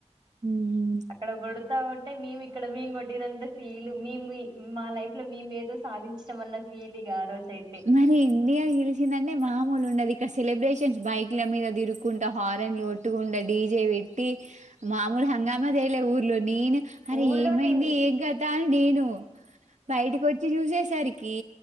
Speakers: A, on the right (about 80°); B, on the right (about 40°).
A: హ్మ్.
B: అక్కడ కొడుతా ఉం అంటే మేము ఇక్కడ మేము కొట్టినంత ఫీల్ మేము మా లైఫ్ లో మేము ఏదో సాధించడం అన్న ఫీల్ ఇగ రోజు అయితే
A: మరి ఇండియా గెలిచందన్నే మామూలు ఉండదు ఇక సెలబ్రేషన్స్ బై ల మీద దిరుక్కుంట హారన్లు కొట్టుకు డీజే పెట్టి మామూలు హంగామా చేయలే ఊర్లో నేనే అరే
B: ఊళ్ళోనే
A: ఏమైంది ఏం కత అ నేను బయటికి వచ్చి చూసేసరికి